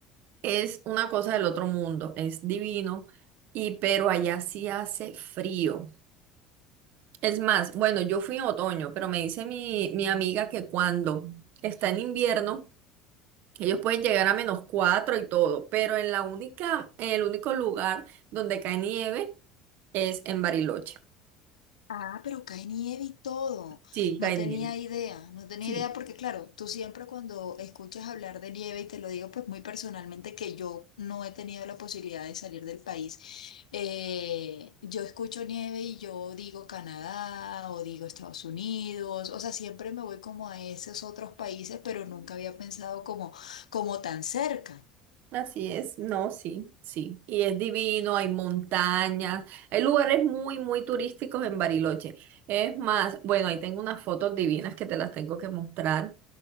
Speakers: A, on the right (about 50°); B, on the left (about 70°).
A: Es una cosa del otro mundo, es divino, y pero allá sí hace frío. Es más, bueno, yo fui en otoño, pero me dice mi, mi amiga que cuando está en invierno, ellos pueden llegar a menos cuatro y todo, pero en la única, en el único lugar donde cae nieve es en Bariloche.
B: Ah, pero cae nieve y todo.
A: Sí,
B: No
A: cae
B: tenía
A: nieve.
B: idea, no tenía
A: Sí.
B: idea porque claro, tú siempre cuando escuchas hablar de nieve, y te lo digo pues muy personalmente que yo no he tenido la posibilidad de salir del país, eh, yo escucho nieve y yo digo Canadá o digo Estados Unidos, o sea, siempre me voy como a esos otros países, pero nunca había pensado como, como tan cerca.
A: Así es, no, sí, sí. Y es divino, hay montañas, hay lugares muy, muy turísticos en Bariloche. Es más, bueno, ahí tengo unas fotos divinas que te las tengo que mostrar,